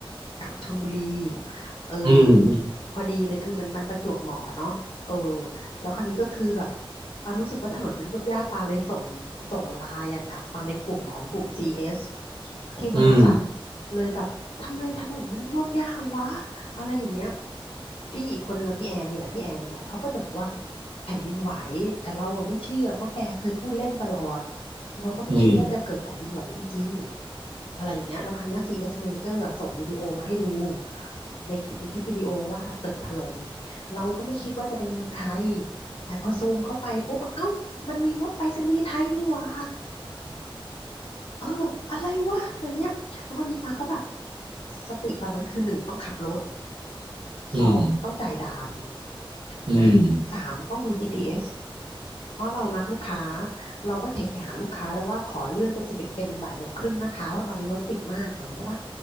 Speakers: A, on the left (about 75°); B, on the right (about 60°).
A: กลับชลบุรีเออ
B: อืม
A: พอดีเลยคือมันมันประจวบเหมาะอะเนาะเออแล้วคราวนี้ก็คือแบบปารู้สึกว่าถนนมันยวบยาบปาเลยส่งส่งไลน์อ่ะกลับมาในกลุ่มของกลุ่ม c สที่บริษัท
B: อืม
A: เลยแบบทำไมถนนมันยวบยาบวะอะไรอย่างเงี้ยพี่อีกคนนึงอะพี่แอนนี่แหละพี่แอนนี่แหละเขาก็จะบอกว่า แผ่นดินไหวแต่เราอะไม่เชื่อเพราะแกเคยพูดเล่นตลอดเราก็ไม่คิดว่าจะเกิดแผ่นดินไหวจริงๆอะไรอย่างเงี้ยแล้วครั้งนี้ย
B: อืม
A: CS Manager อะส่งวิดีโอมาให้ดูในคลิปเป็นคลิปวิดีโอว่าตึกถล่มเราก็ไม่คิดว่าจะเป็นเมืองไทยแต่พอซูมเข้าไปปุ๊บเอ้ามันมีรถไปรษณีย์ไทยนี่หว่าเอออะไรวะอะไรเงี้ยแล้วคนนี้ปาก็แบบสติตอนนั้นคือหนึ่งต้องขับรถ
B: อืม
A: สองต้องจ่ายด่าน
B: อืมอืม
A: นะสามต้องดูจีพีเอส เพราะเรานัดลูกค้าเราก็เทคไปหาลูกค้าแล้วว่าขอเลื่อนเป็น11เป็นบ่ายโมงครึ่งนะคะว่าะตอนนี้รถติดมากเหมือนใช่ปะ